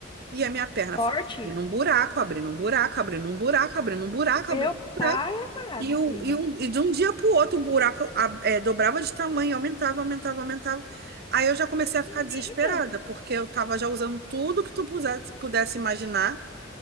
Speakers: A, on the right; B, on the left.
A: e a minha perna
B: Forte?
A: foi abrindo um buraco, abrindo um buraco, abrindo um buraco, abrindo um buraco,
B: Meu
A: abrindo um buraco.
B: pai amado,
A: E, o,
B: prima.
A: e, um, e de um dia para o outro o buraco a- é, dobrava de tamanho, aumentava, aumentava, aumentava. Aí eu já comecei
B: Menina.
A: a ficar desesperada, porque eu estava já usando tudo que tu pusesse- pudesse imaginar